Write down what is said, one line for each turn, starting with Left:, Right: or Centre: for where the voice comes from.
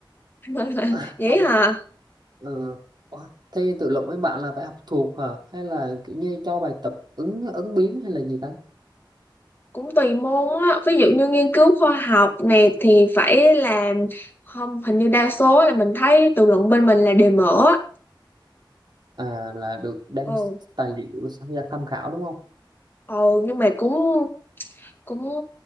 Left: <laughs>
Right: <laughs>
Left: vậy
Right: không
Left: hả
Right: ừ. Ủa, thi tự luận với bạn là phải học thuộc hả hay là kiểu như cho bài tập ứng ứng biến hay là gì ta
Left: cũng tùy môn á ví dụ như nghiên cứu khoa học này thì phải làm không hình như đa số là mình thấy tự luận bên mình là đề mở á.
Right: à là được đem
Left: ừ
Right: tài liệu sang ra tham khảo đúng không
Left: ồ nhưng mà cũng cũng